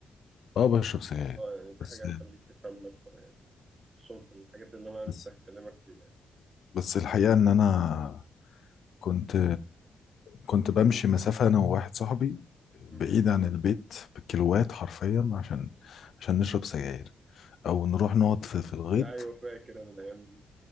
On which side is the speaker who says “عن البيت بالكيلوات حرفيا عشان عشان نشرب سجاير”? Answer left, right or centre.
Left